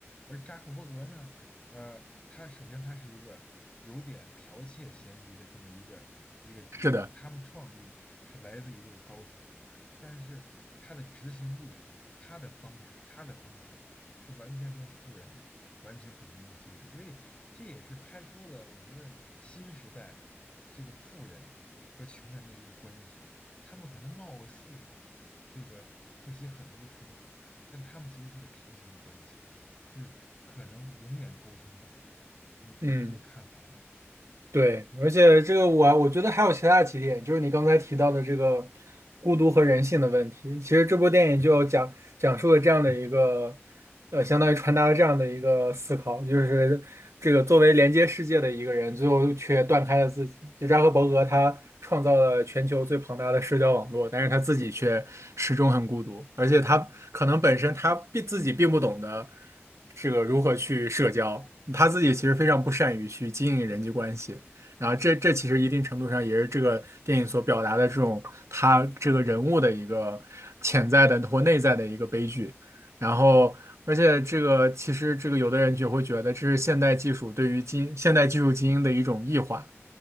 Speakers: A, on the left (about 25°); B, on the right (about 80°).
A: 而扎克伯格呢，呃，他首先他是一个有点剽窃嫌疑的这么一个一个底层，
B: 是的，
A: 他们创意是来自于这个高层的，但是他的执行力、他的方式、他的方式是完全跟富人完全不同的一个阶级，所以这也是拍出了我觉得新时代这个富人和穷人的一个关系，他们可能貌似这个会起很多冲突，但他们其实是个平行的关系。就是可能永远沟通不了。你同意这个看法吗？
B: 嗯。对，而且这个我我觉得还有其他几点，就是你刚才提到的这个孤独和人性的问题。其实这部电影就有讲讲述了这样的一个，呃，相当于传达了这样的一个思考，就是这个作为连接世界的一个人，最后却断开了自己。就扎克伯格他创造了全球最庞大的社交网络，但是他自己却始终很孤独，而且他可能本身他并自己并不懂得这个如何去社交，他自己其实非常不善于去经营人际关系。然后这这其实一定程度上也是这个电影所表达的这种他这个人物的一个潜在的或内在的一个悲剧。然后，而且这个其实这个有的人就会觉得这是现代技术对于精现代技术精英的一种异化。